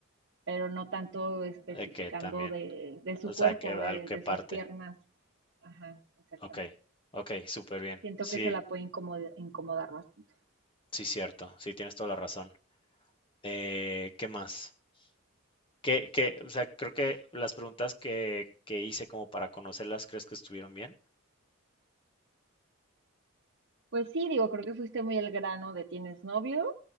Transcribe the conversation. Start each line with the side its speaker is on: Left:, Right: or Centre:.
Right: pero no tanto especificando
Left: De que también.
Right: de, de su
Left: O sea,
Right: cuerpo,
Left: que, al
Right: de,
Left: que
Right: de
Left: parte.
Right: sus piernas. Ajá, exactamente.
Left: Ok. Ok, súper bien.
Right: Siento
Left: Sí,
Right: que eso la puede incomod- incomodar bastante.
Left: sí, cierto. Sí, tienes toda la razón. Eh, ¿qué más? ¿Qué, qué, o sea, creo que las preguntas que, que hice como para conocerlas, ¿crees que estuvieron bien?
Right: Pues sí, digo, creo que fuiste muy el grano de tienes novio,